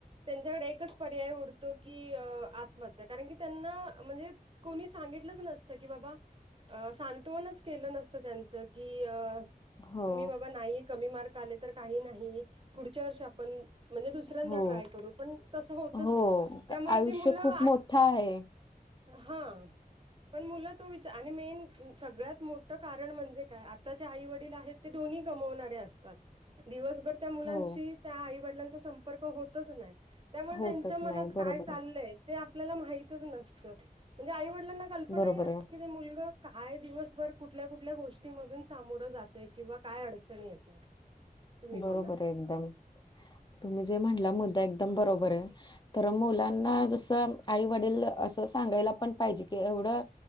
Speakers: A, on the right; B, on the left.
A: त्यांच्याकडे एकच पर्याय उरतो की अं आत्महत्या कारण की त्यांना म्हणजे कोणी सांगितलंच नसतं की बाबा, सांत्वनच केलं नसतं त्यांच. कि अ
B: हो
A: तुम्ही बाबा नाही कमी मार्क आले तर काही नाही, पुढच्या वर्षी आपण म्हणजे दूस दुसऱ्यांदा
B: हो
A: ट्राय करू पण तसं होतच
B: हो
A: नाही त्यामुळे
B: आयुष्य
A: ती मुलं
B: खूप
A: आण
B: मोठं आहे
A: हां पण मुलं तो विचा आणि मेन सगळ्यात मोठ कारण म्हणजे आत्ताचे आई वडील आहेत ते दोन्ही कमवणारे असतात. दिव दिवसभर त्या मुलांशी
B: हो
A: त्या आईवडिलांचा संपर्क होतच नाही. त्यामुळे
B: होतच
A: त्यांच्या मनात
B: नाही
A: काय
B: बरोबर
A: चाललंय ते आपल्याला माहितच नसतं म्हणजे आईवडिलांना कल्पनाही
B: बरोबर
A: नसती
B: आहे
A: ते मुलग काय दिवसभर कुठल्या कुठल्या गोष्टीमधून सामोरं जातय किंवा काय अडचणी येतात, तुम्ही बोला.
B: बरोबर आहे एकदम तुम्ही जे म्हणला मुद्दा एकदम बरोबर आहे. तर मुलांना जसं आई वडील असं सांगायला पण पाहिजे कि एवढं